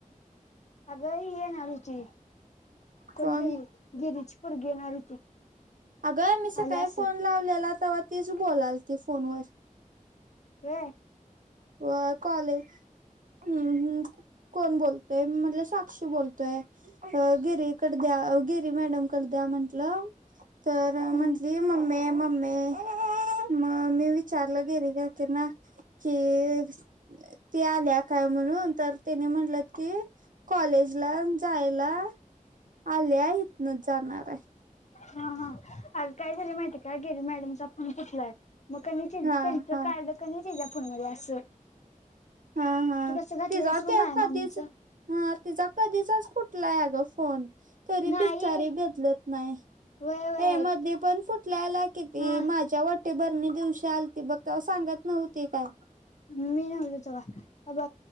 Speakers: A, on the left; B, on the right.
A: आगं ही येणार होती. कोण
B: फोन
A: गं ही गिरीज ची पोरगी येणार होती.
B: अगं मी सकाळी
A: आली असल
B: फोन लावलेला. तवा तीच बोलालती फोनवर.
A: होय.
B: व कॉलेज हम्म हम्म कोण बोलतंय मी म्हटलं साक्षी बोलतोय. अ गिरीकड द्या गिरी मॅडम कड द्या म्हंटलं तर
A: हम्म
B: म्हटलं मम्मे मम्मे मग मी विचारलं गिरी काकी ना. ते ती आल्या काय म्हणून, तर त्यानी म्हणल की. कॉलेज ला जायला आल्या. हितनच जाणार आहे.
A: हा हा आणि काय झाली माहितीय का गिरी मॅडमचा फोन फुटलाय. मग कणी तेनच
B: हा हा
A: कार्ड कणी तिच्या फोन मध्ये असलं.
B: हा हा
A: तू कस घातलेलीस
B: तिचा
A: बग
B: ते
A: माया
B: कधीच
A: मामीच.
B: हा तिचा कधीचाच फुटलाय आगं फोन. तरी
A: नाही
B: बिचारी बदलत नाही.
A: व्हय व्हय
B: ते मध्यी पण फुटलेला किती
A: हा
B: माझ्या वा ते बर्नी दिवशी आलती बघ तेव्हा सांगत नव्हती काय.
A: मी नव्हती तेव्हा अब